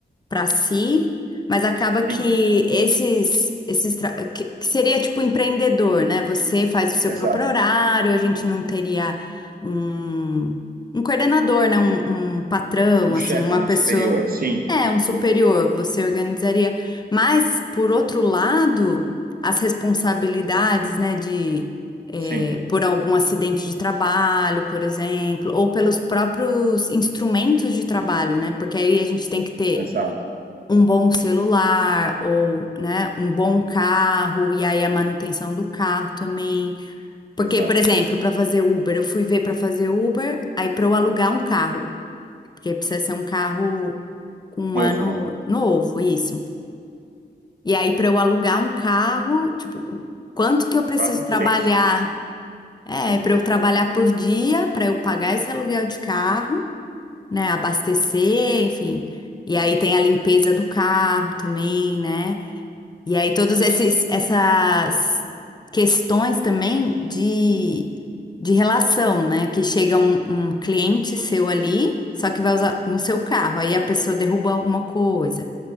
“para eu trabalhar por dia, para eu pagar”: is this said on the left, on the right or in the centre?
Left